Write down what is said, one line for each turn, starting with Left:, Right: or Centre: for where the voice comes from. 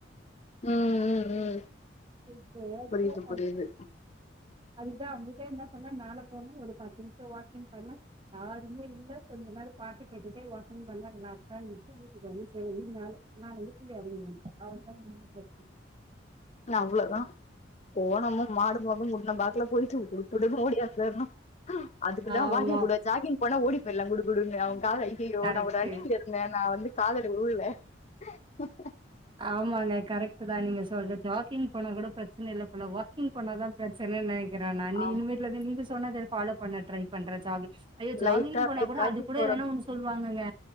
Left: ம் ம் ம்
Right: <unintelligible>
Left: புரியுது புரியுது
Right: அதுதா அவுங்கிட்டே என்ன சொன்னே மேல போனு ஒரு பத்து நிமிஷ வாக்கிங் பண்ணு யாருமே இல்ல கொஞ்ச நேரோ பாட்டு கேட்டுட்டே வாக்கிங் பண்ணா ரிலாக்ஸ் ஆ <unintelligible> சேரின்னு நானு நா அப்டியே கீழ இறங்கி வந்துட்டே அவ்ளோ தா முடுஞ்சு போச்சு
Left: அவ்ளோதா போனமு மாடுபு முன்ன பாக்கல போயிட்டு உட்டுட்டு ஓடியே வந்துறணு அதுக்கு தா
Right: ஆமா
Left: வாக்கிங் கூட ஜாக்கிங் போனா ஓடி போயிடலா குடு குடுன்னு அவுங்கக்கா ஐய்யயோ
Right: கரெக்ட்டு
Left: நா ஒரு ரன்னிங் நா வந்து <unintelligible>
Right: ஆமாங்க கரெக்ட்டு தா நீங்க சொல்றது ஜாக்கிங் போனா கூட பிரச்சன இல்ல போல வாக்கிங் போனாதா பிரச்சனனை க்கிறே நா நீ
Left: ஆமா
Right: இன் வீ்ட்ல நீங்க சொன்னத ஃபாலோ பண்ண ட்ரை பண்றே ஜாக்கி அய்யோ ஜாகிங்
Left: லைட்டா அப்டியே
Right: போனா கூட
Left: ஜாக்கிங்
Right: அது கூட
Left: போற
Right: எதனா ஒன்னு ஸ் சொல்லுவாங்கங்க